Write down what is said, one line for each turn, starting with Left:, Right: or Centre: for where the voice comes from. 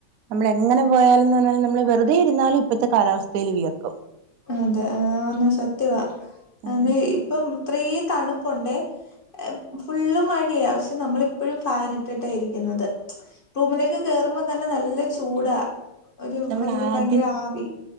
Right: നമ്മൾ എങ്ങനെ പോയാലുംന്നല്ല <unintelligible> നമ്മള് വെറുതെ ഇരുന്നാലും ഇപ്പത്തെ കാലാവസ്ഥേല് വിയർക്കും.
Left: അതെ. അതുപറഞ്ഞത് സത്യവാ.
Right: ഉം
Left: അതേ ഇപ്പം ഇത്രയും തണുപ്പുണ്ടേ ഏഹ് ഫുള്ള് മഴയാ പക്ഷേ നമ്മളിപ്പോഴും ഫാൻ ഇട്ടിട്ടാ ഇരിക്കുന്നത് റൂമിലേക്ക് കേറുമ്പം തന്നെ നല്ല ചൂടാ ഒരു
Right: നമ്മളാദ്യം
Left: മാതിരി ഭയങ്കര ആവി